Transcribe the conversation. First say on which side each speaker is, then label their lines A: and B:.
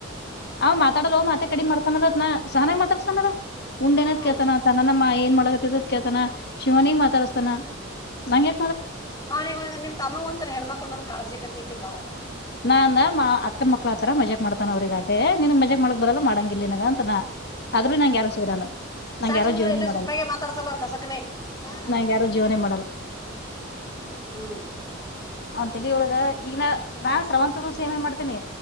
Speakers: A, on the left; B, on the left.
A: ಅವ್ ಮಾತಾಡಲ್ ಮಾತ್ತೆ ಕಡಿ ಮಾಡ್ತಾನದತ್ನ ಸಾನ ಮಾತ ಸನಾರ ಉಂಡೆನದ್
B: ಹ್ಮ್
A: ಕೇಳ್ತನ ತನ ನಮ್ಮ ಮಾಯಿ ಮಾಡತ್ತದ ಕೇಳ್ತಾನ ಶಿವನಿಗೆ ಮಾತಾಡಿಸತಾನ ನಂಗೆ
B: ಅವ್ನ ಈಗಂದ ನಿಮ ತಮ್ಮಗ ಒಂದರ ಹೆಣ್ಣ್ಮಕ್ಳ ಮಂದ್ ಕಾಳಜಿ ಕಳ್ತಿ ಬಾಳ
A: ನಾಂದ ಮಾ ಅಕ್ಕ ಮಕ್ಳತ್ರರ ಮಜಾಕ್ ಮಾಡ್ತಾನ ಅವ್ರಿಗ ಆಟೆ ನಿನ್ಗ್ ಮಜಾಕ್ ಮಾಡಳಕ್ ಬದಲ್ಲಾ ಮಾಡಂಗಿಲ್ಲ ನನ್ಗ ಅಂತನ ಅದ್ರು ಯಾರು ಸೇರಲ್ಲ ನಂಗ
B: ಸಾಕ್ಮವರು
A: ಯಾರು ಜೀವನೇ
B: ಎಲ್ಲ
A: ಮಾಡಲ್ಲ
B: ಸುಪ್ಪಾಗ ಮಾತಾಡ್ಸಲ್ ಅವ ಗಸಕ್ನೆೇ ಯಾರು
A: ನಂಗ ಜೀವನೇ ಮಾಡಲ್ಲ
B: ಹ್ಮ್
A: ಅವಂತ ಒಳಗ ಈಗ ನ ನಾನ್ ಶ್ರಾವಂತ ಕಸ ಏನ್ ಮಾಡ್ತೇನಿ